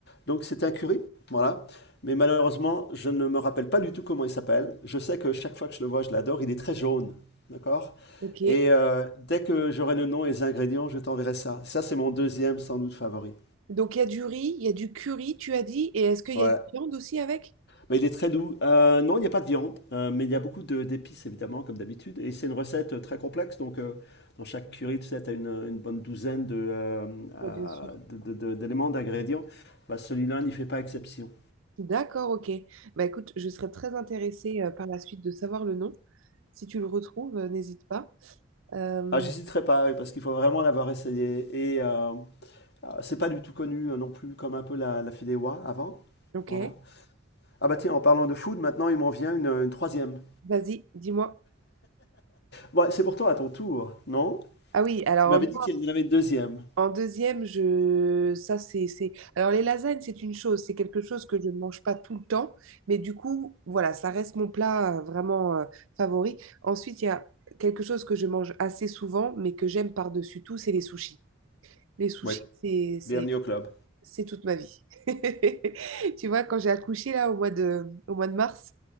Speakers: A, on the left; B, on the right.
A: Donc c'était un curry, voilà. Mais malheureusement, je ne me rappelle pas du tout comment il s'appelle. Je sais que chaque fois que je le vois, je l'adore. Il est très jaune, d'accord?
B: ok.
A: Et euh, dès que j'aurai le nom et les ingrédients, je t'enverrai ça. Ça, c'est mon deuxième sans doute favori.
B: Donc, il y a du riz, il y a du curry, tu as dit, et est-ce qu'il
A: Ouais.
B: y a de la viande aussi avec?
A: Mais il est très doux. Euh, non, il n'y a pas de viande, euh, mais il y a beaucoup de- d'épices, évidemment, comme d'habitude. Et c'est une recette euh, très complexe. Donc, euh, dans chaque curry, tu sais, tu as une, une bonne douzaine de, euh, euh,
B: Ouais, bien sûr.
A: de- de- de- d'éléments, d'ingrédients. Bah, celui-là n'y fait pas exception.
B: D'accord, ok. Bah écoute, je serais très intéressée euh, par la suite de savoir le nom. Si tu le retrouves, euh, n'hésite pas. Euh,
A: Ah, j'hésiterai pas, oui, parce qu'il faut vraiment l'avoir essayé. Et euh, ah, c'est pas du tout connu euh, non plus, comme un peu la, la fideuà avant.
B: ok,
A: Voilà. Ah bah tiens, en parlant de food, maintenant il m'en vient une, une troisième.
B: vas-y, dis-moi.
A: Bon, c'est pourtant à ton tour, non?
B: Ah oui, alors
A: Tu m'avais dit qu'il y en avait une deuxième.
B: En deuxième, je... ça c'est, c'est... Alors les lasagnes, c'est une chose, c'est quelque chose que je ne mange pas tout le temps, mais du coup, voilà, ça reste mon plat euh, vraiment euh, favori. Ensuite, il y a quelque chose que je mange assez souvent, mais que j'aime par-dessus tout, c'est les sushis. Les sushis,
A: Oui,
B: c'est, c'est,
A: bienvenue au club.
B: c'est toute ma vie. <laughs> Tu vois, quand j'ai accouché là au mois de, au mois de mars,